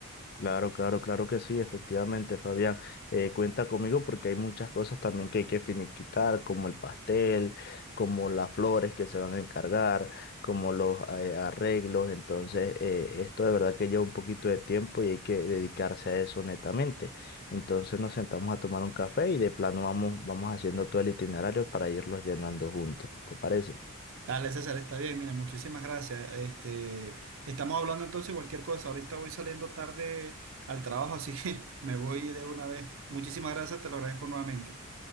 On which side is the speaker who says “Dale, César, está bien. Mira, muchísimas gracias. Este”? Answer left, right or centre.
Right